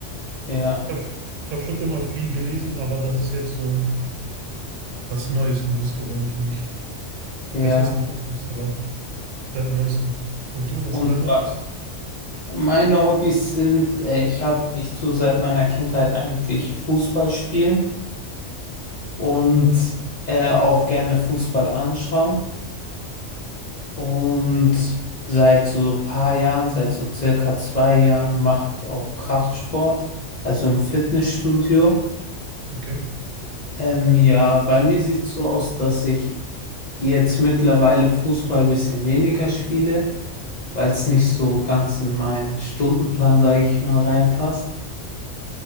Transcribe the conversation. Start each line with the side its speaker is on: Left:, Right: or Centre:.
Left: Ja,
Right: Ich habe ich hab schon immer viel gelesen, aber das ist jetzt so ein was Neues, Neues geworden für mich.
Left: ja.
Right: Was heißt Neues, Neues, aber. Seit neuestem. Und du, was
Left: Und
Right: sind deine Hobbys?
Left: äh, meine Hobbys sind, äh, ich habe, ich tue seit meiner Kindheit eigentlich Fußball spielen und äh, auch gerne Fußball anschauen. Und seit so ein paar Jahren, seit so circa zwei Jahren, mache ich auch Kraftsport, also im Fitnessstudio.
Right: Okay.
Left: Ähm, ja, bei mir sieht es so aus, dass ich jetzt mittlerweile Fußball ein bisschen weniger spiele, weil es nicht so ganz in meinen Stundenplan, sage ich mal, reinpasst.